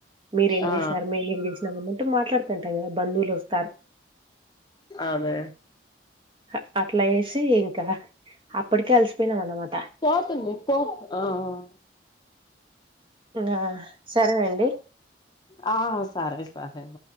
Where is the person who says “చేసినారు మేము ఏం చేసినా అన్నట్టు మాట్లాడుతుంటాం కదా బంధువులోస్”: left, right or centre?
Right